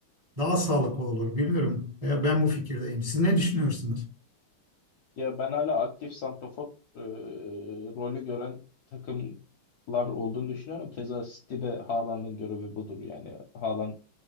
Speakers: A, on the right (about 30°); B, on the left (about 70°).
A: daha sağlıklı olur. Bilmiyorum. Veya ben bu fikirdeyim. Siz ne düşünüyorsunuz?
B: Ya ben hala aktif santrafor e, rolü gören takımlar olduğunu düşünüyorum. Keza City'de Haaland'ın görevi budur yani. Haaland